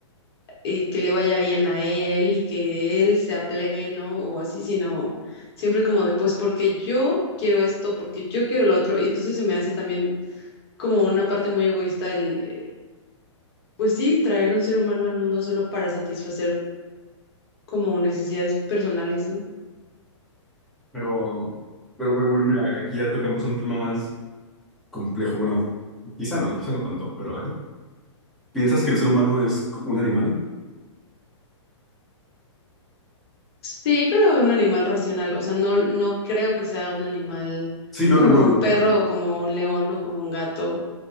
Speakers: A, on the left; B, in the centre.
A: eh, que le vaya bien a él y que él sea pleno o así, sino siempre es como de, pues porque yo quiero esto, porque yo quiero lo otro, y entonces se me hace también como una parte muy egoísta el, eh, pues sí, traer un ser humano al mundo solo para satisfacer como necesidades personales, ¿no?
B: Pero, pero bueno, bueno, mira, aquí ya tocamos un tema más complejo. Bueno, quizá no, quizá no tanto, pero <laughs> ¿piensas que el ser humano es un animal?
A: Sí, pero un animal racional, o sea, no, no creo que sea un animal
B: Sí, no,
A: como
B: no, no, lo
A: un perro
B: que...
A: o como un león o como un gato,